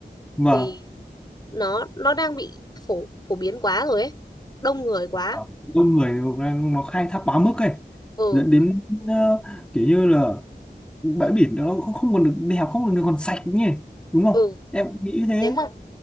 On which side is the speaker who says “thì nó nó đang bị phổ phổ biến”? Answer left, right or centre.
Left